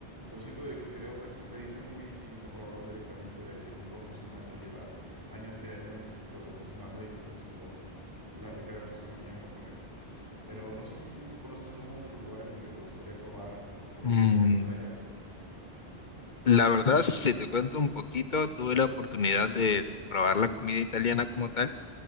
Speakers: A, on the right; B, on the left.
A: pero siento de que sería otra experiencia muy distinta probarlo directamente de ahí, de un profesional que lleva años y años esto, cocinando y pues haciendo la rica gastronomía japonesa. Pero no sé si tú conoces algún otro lugar en el que te gustaría probar comida
B: Mm,
A: típica de allá.
B: la verdad, si te cuento un poquito, tuve la oportunidad de probar la comida italiana como tal.